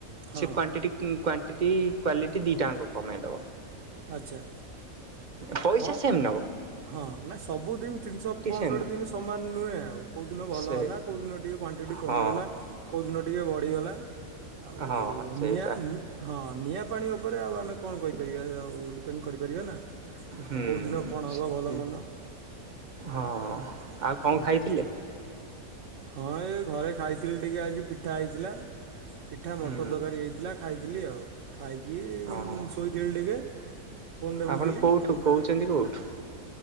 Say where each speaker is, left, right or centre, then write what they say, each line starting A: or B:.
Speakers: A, on the right; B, on the right.
A: ହଁ
B: ସେ କ୍ଵାଣ୍ଟିଟ କ୍ଵାଣ୍ଟିଟି କ୍ୱାଲିଟି ଦି ଟା କମେଇଦବ।
A: ଆଚ୍ଛା।
B: ପଇସା
A: ହଁ
B: ସେମ୍ ନବ।
A: ହଁ ନାଇଁ ସବୁଦିନ ତିନିଶହ ପଅଷଠି
B: ସେମ୍ ନୁହଁ।
A: ଦିନ ସମାନ ନୁହେଁ ଆଉ କୋଉ ଦିନ ଭଲ
B: ସେ
A: ହେଲା କୋଉ ଦିନ ଟିକେ କ୍ୱେଇଣ୍ଟଡ କମିଗଲା
B: ହଁ।
A: କୋଉ ଦିନ ଟିକେ ବଢିଗଲା ଆଉ
B: ହଁ ସେଇଟା
A: ନିଆ ନି ହଁ ନିଆଁ ପାଣି ଉପରେ ଆଉ ଆମେ କଣ କହିପାରିବା ଆଉ ଡିପେଣ୍ଡ କରିପାରିବା ନା
B: ହୁଁ
A: କୋଉ ଦିନ କଣ ହବ
B: ସେ
A: ଭଲ ମନ୍ଦ
B: ହଁ ଆଉ କଣ
A: ହଁ
B: ଖାଇଥିଲେ?
A: ହଁ ଏ ଘରେ ଖାଇଥିଲି ଟିକେ ଆଜି ପିଠା ହେଇଥିଲା। ପିଠା ମଟର
B: ହୁଁ
A: ତରକାରୀ ହେଇଥିଲା ଖାଇଥିଲି ଆଉ ଖାଇକି
B: ହଁ।
A: ଶୋଇଥିଲି ଟିକେ ଫୋନ ଦେଖୁଥିଲି
B: ଆପଣ କୋଉଠୁ କହୁଛନ୍ତି କୋଉଠୁ?